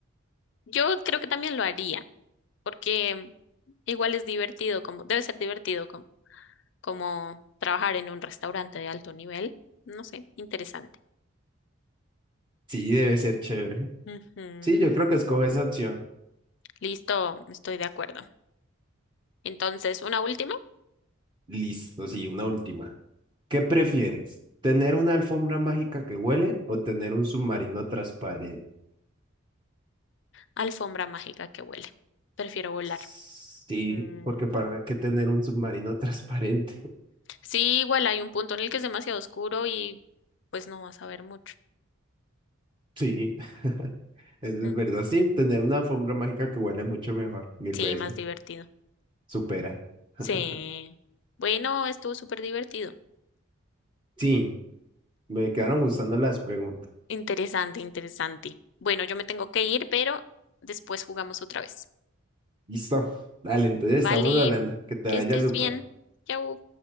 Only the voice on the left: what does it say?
yo creo que también lo haría. porque igual es divertido, como debe ser divertido como, como trabajar en un restaurante de alto nivel. No sé, interesante.
Ujú,
Listo, estoy de acuerdo. Entonces, una última,
alfombra mágica que huele. Prefiero volar.
Mm,
Sí, igual hay un punto en el que es demasiado oscuro y pues no vas a ver mucho.
Mm,
Sí,
más divertido.
Sí. Bueno, estuvo súper divertido.
Interesante, interesante. Bueno, yo me tengo que ir, pero después jugamos otra vez.
Vale,
que
estés
bien. Chao.